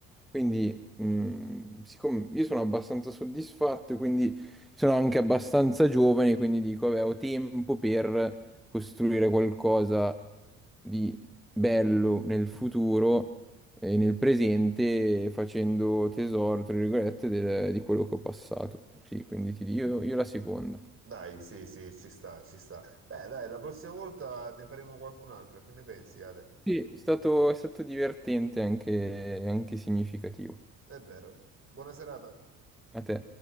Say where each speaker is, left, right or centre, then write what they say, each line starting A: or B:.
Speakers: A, in the centre; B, on the right.
A: Quindi, mm, siccome io sono abbastanza soddisfatto, quindi sono anche abbastanza giovane, quindi dico, vabbè, ho tempo per costruire qualcosa di bello nel futuro e nel presente facendo tesoro, tra virgolette, del- di quello che ho passato. Sì, quindi ti dico io, io la seconda.
B: Dai, sì, sì, ci sta, ci sta. Beh, dai, la prossima volta ne faremo qualcun'altra, che ne pensi, Ale?
A: Sì, è stato, è stato divertente anche, anche significativo.
B: È vero. Buona serata.
A: A te.